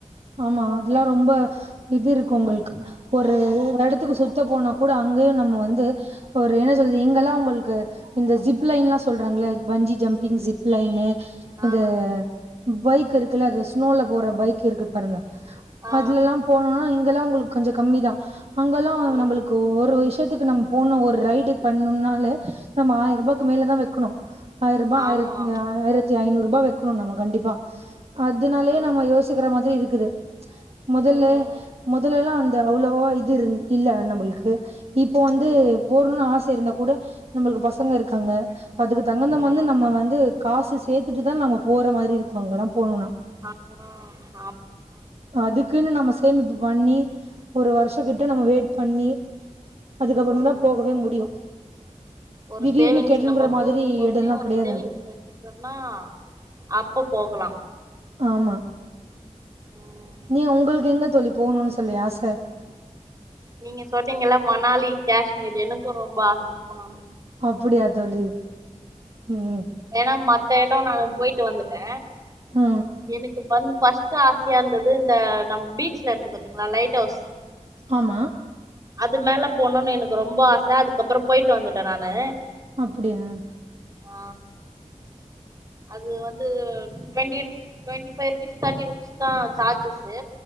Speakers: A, on the right; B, on the right.
A: ஆமா அதெல்லா ரொம்ப இது இருக்கு உங்கள்க்கு ஒரு எடத்துக்கு சுத்த போனா கூட அங்கயு நம்ம வந்து ஒரு என்ன சொல்து இங்கெல்லா உங்கள்க்கு இந்த ஜிப் லைன்லா சொல்றாங்கல பஞ்சி ஜம்ப்பிங் ஜிப் லைனு
B: ஆ
A: இந்த பைக் இருக்குல்ல அது ஸ்னோல போற பைக் இருக்கு பாருங்க
B: ஆ
A: அதுலல்லா போனுனா இங்கெலா ஒங்களுக்கு கொஞ்ச கம்மிதா அங்கெலா
B: ம்
A: நம்மளுக்கு ஒரு விஷயத்துக்கு நம் போனு ஒரு ரைடி பன்னுன்னாலே நம்ம ஆயர்பாய்க்கு
B: ம்
A: மேலதா வெக்குனு ஆயர்பா
B: ஆமா
A: ஆயிரத்த ஆயிரத்தி ஐநூறுபா வக்குனு நம்ம கண்டிப்பா அதுனாலயே
B: ம்
A: நம்ம யோசிக்கிற மாதுரி இர்க்குது முதல்ல
B: ம்
A: முதலலா அந்த அவ்ளவோ இது இரு இல்ல நம்முளுக்கு இப்போ வந்து
B: ம்
A: போற்னுன் ஆச இருந்தா கூட நம்மளுக்கு பசங்க இருக்காங்க அதுக்கு தகுந்தம்
B: ம்
A: வந்து நம்ம வந்து காசு சேத்துட்டுதா நம்ம போற மாரி இருக்கு அங்கலா போனுனா
B: அதுதா
A: அதுக்குன்னு நம்ம சேமிப்பு பண்ணி ஒரு வருஷ கிட்ட நம்ம வெயிட் பண்ணி அதுக்கப்றமா
B: ம்
A: தா போகவே முடியு
B: ஒரு
A: திடீர்னு
B: சேவிங்ஸு
A: கெளம்புற
B: நம்ம
A: மாதிரி
B: டூருக் போறோனே
A: எடல்லா
B: ஒரு
A: கெடையாது
B: சேவிங்ஸு
A: அது
B: சொன்னா அப்ப போகுலா
A: ஆமா
B: ம்
A: நீ ஒங்களுக்கு எங்கே தோழி போவுனுன் சொல்லி ஆச
B: நீங்க சொன்னிங்கல மணாலி காஷ்மீர் எனக்கு ரொம்ப ஆச போனுனு
A: அப்புடியா தோழி ம் ம்
B: ஏனா மத்த எடோ நா போயிட்டு வந்துட்ட
A: அ
B: எனுக்கு வந்து ஃபர்ஸ்ட் ஆஸ்யா இருந்தது இந்த நம்ம பீச்ல இருக்கு பாத்தீங்ளா லைட் ஹவுஸ்
A: ஆமா
B: அது மேல போனுன்னு எனக்கு ரொம்ப ஆச அதுக்கப்றோ போயிட்டு வந்துட்ட நானு
A: அப்புடியா
B: ஆ அது வந்து ட்வெண்ட்டி ரு twenty five rupees thirty rupees தா சார்ஜஸு